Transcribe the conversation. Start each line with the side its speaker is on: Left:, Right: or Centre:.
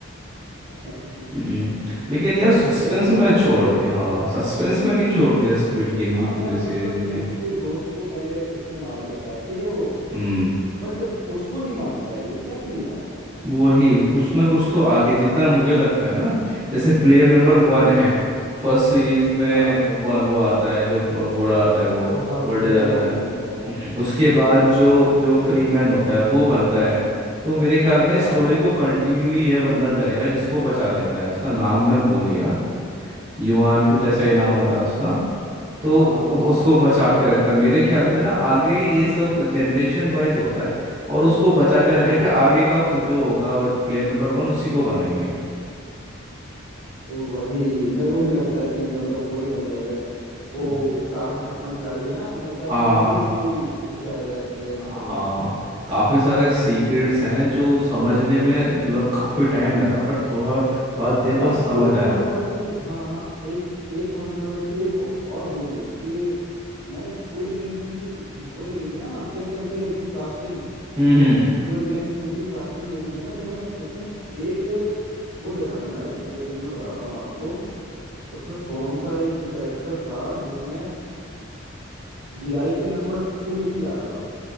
Centre: <laughs>
Right: हम्म,
Centre: देख
Right: लेकिन यार सस्पेंस
Centre: लिया
Right: में
Centre: ना पूरा
Right: छोड़ दिया हाँ सस्पेंस में नहीं छोड़ दिया स्क्विड गेम
Centre: हाँ
Right: की पूरी
Centre: यार
Right: सीरीज
Centre: मतलब
Right: ने
Centre: उसके दोस्त को पहले उसने मार देता है ठीक है वो
Right: हम्म
Centre: बट उसको नहीं मारता है ये क्या सीन है
Right: वही कुछ ना कुछ तो आगे जितना मुझे लगता है ना जैसे प्लेयर नंबर
Centre: हाँ
Right: वन है फर्स्ट सीरीज में
Centre: हाँ
Right: वो, वो आता है जो ब- बूढ़ा आता है वो
Centre: हाँ
Right: ओल्ड एज
Centre: बूढ़ा
Right: आदमी ना
Centre: आदमी आता है
Right: हम्म, उसके बाद
Centre: हाँ
Right: जो जो फ्री मैन होता है वो बनता है तो मेरे ख्याल में
Centre: हाँ
Right: स्टोरी को कंटिन्यू ही यह बंदा करेगा जिसको बचा लेता है उसका नाम मैं भूल गया युआन
Centre: हाँ
Right: कुछ
Centre: हाँ
Right: ऐसा ही नाम होता है उसका तो
Centre: हाँ हाँ हाँ हाँ
Right: उसको बचा के रखता है मेरे ख्याल में ना आगे ये सब जनरेशन वाइज होता है और उसको बचा के
Centre: हाँ
Right: रखें
Centre: हाँ
Right: कि आगे का फ- जो होगा प्लेयर नंबर वन उसी को बनाएंगे
Centre: तो वही मेरे को भी लगता है कि मतलब वही बन जाएगा वो
Right: हम्म।
Centre: चार सौ छप्पन खिलाड़ी है ना मेरे ख्याल
Right: हाँ
Centre: से वो भी इसमें ही घुस जाएगा जैसे प्लेयर नंबर
Right: हाँ
Centre: वन है
Right: काफ़ी सारे सीक्रेट्स हैं जो समझने में मतलब काफ़ी टाइम लगा बट थोड़ा बाद देर
Centre: यार
Right: बाद समझ
Centre: एक कंट्रोवर्सी
Right: आया
Centre: हाँ हाँ एक एक कंट्रोवर्सी एक और हुई थी कि मैंने स्क्विड गेम की वो देखी थी ना चेक करके कि कास्टिंग
Right: हम्म हम्म
Centre: स्क्विड गेम टू की कास्टिंग देखी थी ना तो मैंने उसमें एक वो देखा था मैंने एक सेकंड में बताता हूँ आपको उसमें कौन सा एक कैरेक्टर था जिसमें वीआईपी नंबर टू लिख के आ रहा था